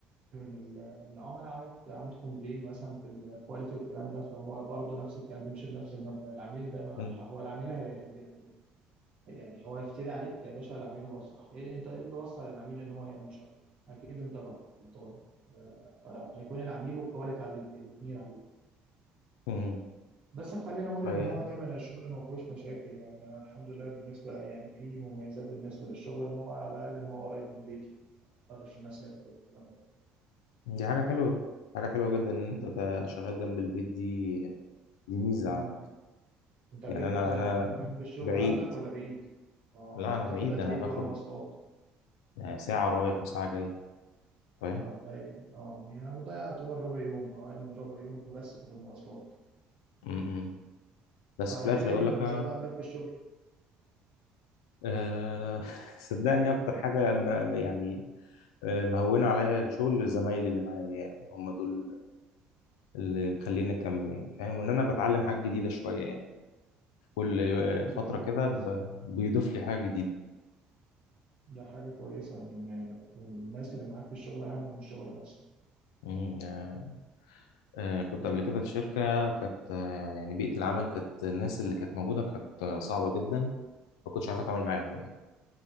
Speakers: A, on the right (about 50°); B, on the left (about 80°).
A: من ال- العملاء عملت عملت كومبلين مثلا في الكواليتي والكلام ده فهو برضه نفس الكلام بيمشي بنفس المبدأ العميل دايما على
B: م-
A: الحق هو العميل هي يعني يعني هو يفتري عليك يا باشا العميل هو صح إيه انت ايه اللي وصل العميل ان هو يعمل شفا اكيد انت غلط آه، فهيكون العميل والكواليتي عليك الاثنين عليك
B: م-
A: بس خلينا اقول
B: م.
A: ان هو دايما الشغل ما فيهوش مشاكل يعني انا الحمد لله بالنسبه يعني في مميزات بالنسبه للشغل ان هو على الاقل ان هو قريب من بيتي ما اضطرش ان انا اسافر والكلام ده
B: دي حاجة حلوة حاجة حلوة جدا ان انت
A: مم.
B: ت- شغال جنب البيت دي دي ميزة
A: مم.
B: على فكرة
A: انت البيت
B: يعني انا
A: آه،
B: انا
A: جنب الشغل
B: بعيد
A: عندك ولا بعيد؟ اه
B: لا انا
A: بتاخد
B: بعيد
A: قد
B: انا
A: ايه
B: باخد
A: بقى مواصلات؟
B: آه، ساعة رايح وساعة جاي فاهم
A: اه ده اه يعني بتضيع يعتبر ربع يوم او اقل من ربع يوم في بس في المواصلات
B: م- م. بس
A: فعلى
B: في الاخر
A: كده ايه
B: يقول
A: المميزات
B: لك
A: عندك في الشغل؟
B: أه <laughs> صدقني اكتر حاجه مر- يعني آه، مهونه عليا الشغل زمايلي اللي معايا يعني هم دول اللي مخليني اكمل يعني فاهم وان انا بتعلم حاجه جديده شويه يعني كل آه،
A: دي
B: فتره
A: حاجه
B: كده
A: كويسه
B: ب- بيضيف لي حاجه جديده
A: دي حاجه كويسه ان إن الناس اللي معاك في الشغل اهم من الشغل نفسه
B: مم، آه، آه، كنت قبل كده في شركه كانت آه، يعني بيئه العمل كانت الناس اللي كانت موجوده كانت آه، صعبه جدا ما كنتش عارف اتعامل معاهم يعني